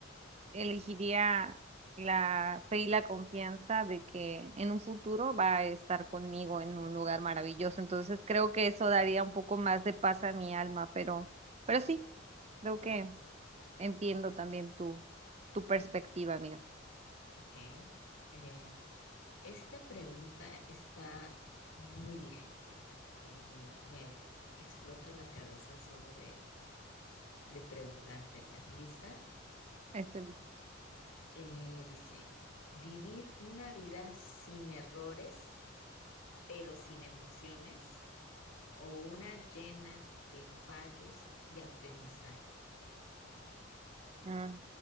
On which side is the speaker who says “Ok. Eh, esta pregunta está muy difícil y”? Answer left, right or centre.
Left